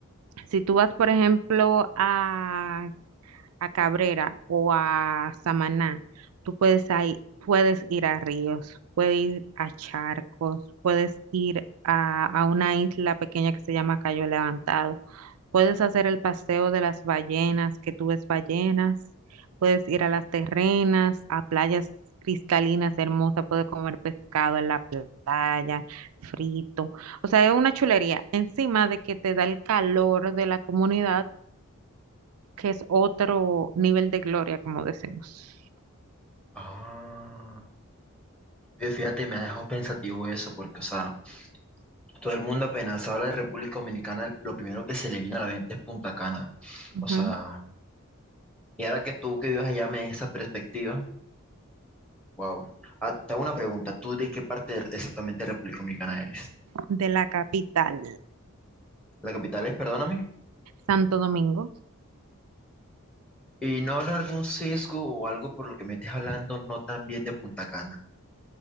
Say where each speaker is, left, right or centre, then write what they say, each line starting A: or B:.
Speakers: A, on the right (about 80°); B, in the centre.
A: Si tú vas, por ejemplo, a a Cabrera o a Samaná, tú puedes, ahí- puedes ir a ríos, puedes ir a charcos, puedes ir a, a una isla pequeña que se llama Cayo Levantado, puedes hacer el paseo de las ballenas, que tú ves ballenas, puedes ir a las terrenas, a playas cristalinas hermosas, puedes comer pescado en la playa, frito. O sea, es una chulería. Encima de que te da el calor de la comunidad que es otro nivel de gloria, como decimos,
B: Ah, Oye, fíjate, me ha dejado pensativo eso, porque, o sea, todo el mundo apenas habla de República Dominicana, lo primero que se le viene a la mente es Punta Cana.
A: Ujú,
B: O sea, y ahora que tú que vives allá me des esa perspectiva, wow. Ah, te hago una pregunta, ¿tú de qué parte de- exactamente de República Dominicana eres?
A: de la capital,
B: La capital es, perdóname,
A: Santo Domingo.
B: y no habrá algún sesgo o algo por lo que me estés hablando no tan bien de Punta Cana.